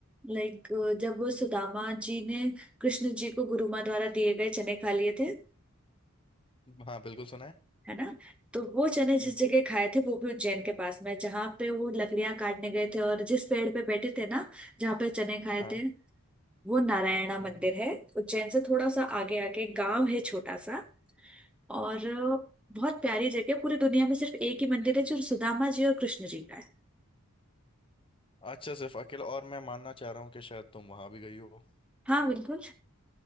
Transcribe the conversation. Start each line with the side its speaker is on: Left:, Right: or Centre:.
Centre: लाइक जब वो सुदामा जी ने कृष्ण जी को गुरुमा द्वारा दिए गए चने खा लिए थे
Left: हाँ बिल्कुल सुना है
Centre: है ना तो वो चने जिस
Left: हम्म,
Centre: जगह खाए थे वो भी उज्जैन के पास में है, जहाँ पे वो लकड़ियां काटने गए थे और जिस पेड़ पे बैठे थे ना जहाँ पे चने खाए
Left: हाँ
Centre: थे वो नारायणा
Left: हम्म,
Centre: मंदिर
Left: हम्म।
Centre: है उज्जैन से थोड़ा सा आगे आगे गांव है छोटा सा और बहुत प्यारी जगह पूरी दुनिया में सिर्फ एक ही मंदिर है जो सुदामा जी और कृष्ण जी का है
Left: अच्छा सिर्फ अकेला और मैं मानना चाह रहा हूँ कि शायद तुम वहां भी गई हो
Centre: हाँ बिल्कुल